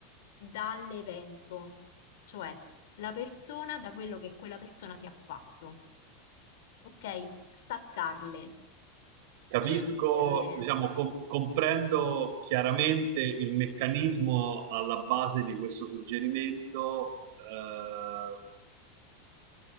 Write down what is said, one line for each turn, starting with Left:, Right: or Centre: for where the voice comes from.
Left: dall'evento, cioè la persona da quello che quella persona ti ha fatto, ok? Staccarle,
Right: Capisco,
Left: scinderle.
Right: diciamo, com- comprendo chiaramente il meccanismo alla base di questo suggerimento. eh,